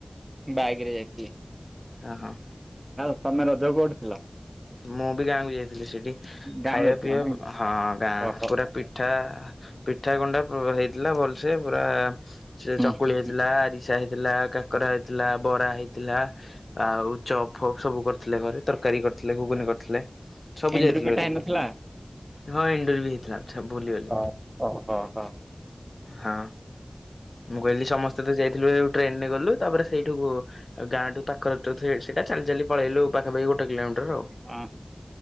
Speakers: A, on the right; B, on the left.
A: ବାଇକ୍ ରେ ଯାଇଥିଲି।
B: ହ, ହଁ।
A: ଆଉ ତମେ ରଜକୁ କୋଉଠି ଥିଲ?
B: ମୁଁ ବି ଗାଁକୁ ଯାଇଥିଲି ସେଇଠି
A: ଗାଁକୁ
B: ଖାଇବା
A: ଯାଇଥିଲ
B: ପିଇବା
A: ନାଇଁ କି?
B: ହଁ ଗାଁ
A: ଓହୋ
B: ପୁରା ପି ଠା ପିଠା ଗଣ୍ଡା ହେଇଥିଲା ଭଲସ ପୁରା ସେ
A: ହୁଁ
B: ଚକୁଳି
A: ହୁଁ
B: ହେଇଥିଲା, ଆରି ଷା ହେଇଥିଲା, କାକରା ହେଇଥିଲା, ବରା ହେଇଥିଲା, ଆଉ ଚପ୍ ଫ ସବୁ କରିଥିଲେ ଘରେ ତରକାରୀ କରିଥିଲେ, ଗୁଗୁନି କରିଥିଲେ ସବୁ
A: ଏଣ୍ଡୁରି
B: ଯାଇଥିଲେ
A: ପିଠା
B: <unintelligible>
A: ହେଇନଥିଲା?
B: ହଁ ଏଣ୍ଡୁରୀ ବି ହେଇଥିଲା ଆଛା ଭୁଲିିଗଲି
A: ହଁ ଓହୋ ହୋ।
B: ହଁ। ମୁଁ କହିଲି ସମସ୍ତେ ତ ଯାଇଥିଲୁ ହେଇ ଟ୍ରେନରେ ଗଲୁ ତାପରେ ସେଇଠୁକୁ ଆଉ ଗାଁଠୁ ପାଖରେ <unintelligible> ସେଇଟା ଚାଲି ଚାଲି ପଳେଇଲୁ ପାଖାପାଖି ଗୋଟେ କିଲୋମିଟର ଆଉ।
A: ଓହୋ